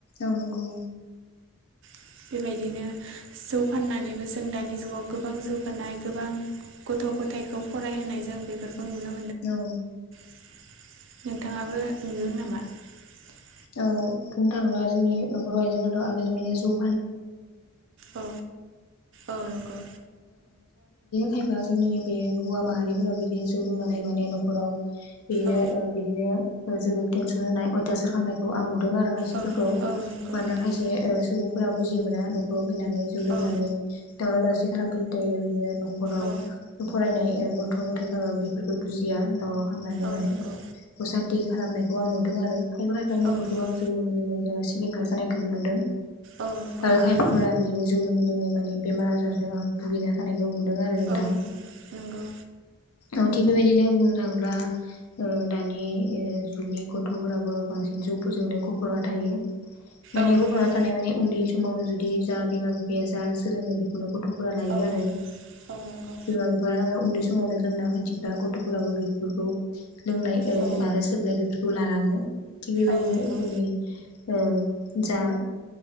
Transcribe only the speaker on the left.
औ नंगौ
औ
औ खौ सालायबोदों बिदिनो ओ बिदिनो
खायफा जोंनि बे हौवा माहारिफोरा बिदिनो जौ लोंनानै माने न'खराव। बिदिनो
बिदिनो जोबोद टेनसन होनाय अयथासार खालामनायखौ आं आरो खायसेफोरखौ
मानोना
खायसे सुबुंफोरा बुजियो मोना। फैनानै जौ लोंनानै
दावराव दावसि खालामफैबाय थायो बिदिनो। न'खराव
फरायनाय गथ' गथाय बेफोरखौ बुजिया दावराव खालामनानै
माने
असानथि खालामनायखौ आं नुदों। आरो फायबा फायफानि न'फोरखौ
आं जौ लोङै लोङै जेनेबा सिलिंखार जानायखौबो नुदों।
आरो
खायफाफोरा बिदिनो जौ लोङै लोङै माने बेमार आजारजों आं भुगैना थानाय। बो नुदों आरो नोंथां।
औ थिग बेबायदिनो बुंनो थाङोब्ला। ओ दानि ओ जुगनि गथ'फोराबो बांसिन जौफोरजोंनो गफ'बना थायो। माने
गफना थानाय माने उन्दै समावनो जुदि जा बिमा बिफाया जा सोलोङो बेखौनो। गथ'फोरा लायो
आरो
बिमा बिफा उन्दै समावनो लोंना खोन्थिब्ला गथ'! गथ'फोराबो बेफोरखौ लोंनाय
आरो सोबनाय बेफोरखौ लालाङो। थिग बेबायदिनो
जोंनि ओ। जा